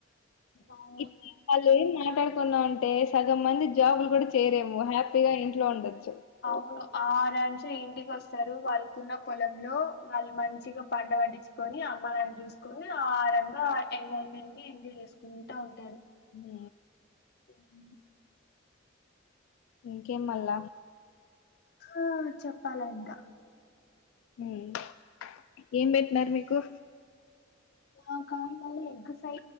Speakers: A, on the left; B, on the left.
A: అవును
B: ఇప్పుడు వాళ్ళు ఏం మాట్లా కున్నా అంటే సగం మంది జాబ్లు కూడా చేయరేమో హ్యాపీగా ఇంట్లో ఉండొచ్చు
A: అవును ఆరాంసే ఇంటికి వస్తారు వాళ్ళకున్న పొలంలో వాళ్ళు మంచిగా పంట పండించుకొని అమ్మ నాన్న ని చూసుకుని ఆ రంగా ఎంజాయ్మెంట్ ఎంజాయ్ చేసుకుంటా ఉంటారు
B: ఉ
A: ఉహు
B: ఇంకేం మల్ల
A: ఆ చెప్పాలంట
B: ఉమ్ ఏం పెట్టినారు మీకు
A: మాకా మాది ఎగ్ ఫ్రై